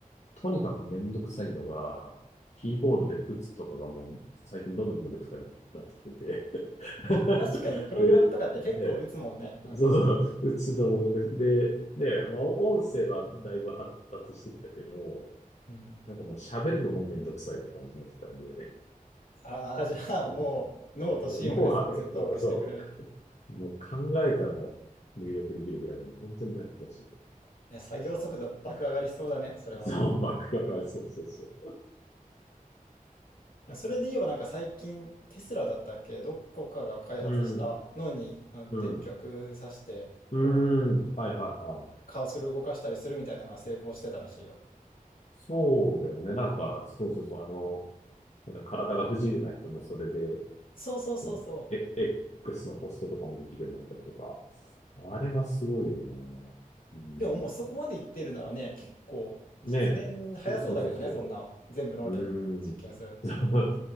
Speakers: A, on the left (about 50°); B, on the left (about 70°).
A: とにかくめんどくさいのが、キーボードで打つとかがもう最近どんどんめんどくさくなってきてて。
B: うん。
A: <laughs>
B: 確かにプログラムとかって結構打つもんね。
A: で、ね、
B: うん。
A: そうそう、打つのもめんどくで、ね、まあ、音声はだいぶ発達してきたけど、
B: うん。
A: なんかもう喋るのもめんどくさいって感じになってきたんで、
B: ああ、じゃあもうノートシームレスに接続してくれる。
A: <laughs> もう、もう、もう脳波で、そうそう、もう考えたら入力できるぐらいに本当になってほしい。
B: いや、作業速度爆上がりしそうだね、それは。
A: そう、<laughs> バックが、そうそうそ
B: やそれで言えばなんか最近テスラだったっけどこかが開発した脳にの電極さしてこう
A: う。うん、うん、うん、はいはいはい。
B: カーソル動かしたりするみたいなのは成功してたらしいよ。
A: そうだよね。なんか、そうそうそう、あの、なんだ、体が不自由な人もそれで、
B: そうそうそうそ
A: うんえ、X のポストとかもできるようになったりとか、あれはすごいよね。うん、
B: う。でももうそこまでいってるならね結構実現早そうだけどねそんな全部脳で実験するっていうのは。
A: ねえ、そうそうそうそう。うん、<laughs> そう